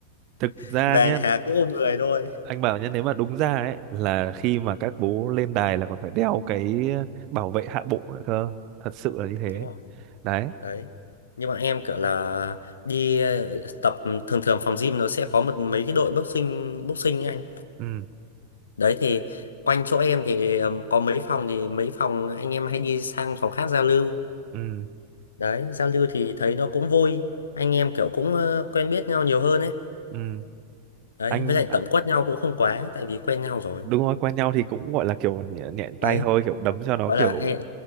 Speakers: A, on the right (about 40°); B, on the left (about 70°).
A: thực
B: <laughs>
A: ra
B: về
A: nhé
B: nhà cứ ôm người thôi
A: anh bảo nhé nếu mà đúng ra ấy là khi mà các bố lên đài là còn phải đeo cái ờ, bảo vệ hạ bộ nữa cơ thật sự là như thế
B: đúng rồi
A: đấy
B: đấy như bọn em kiểu là đi ờ, tập thường thường phòng gym nó sẽ có một mấy cái đội boxing boxing ấy anh
A: ừ
B: đấy thì quanh chỗ em thì ừm, có mấy phòng thì mấy phòng anh em hay đi sang phòng khác giao lưu
A: ừ
B: đấy giao lưu thì thấy nó cũng vui anh em kiểu cũng ờ, quen biết nhau nhiều hơn ấy
A: ừ
B: đấy
A: anh
B: với lại
A: à,
B: tẩm quất nhau cũng không quá tại vì quen nhau rồi
A: đúng rồi quen nhau thì cũng gọi là kiểu nhẹ, nhẹ
B: đấy
A: tay thôi kiểu đấm cho nó
B: gọi
A: kiểu
B: là e-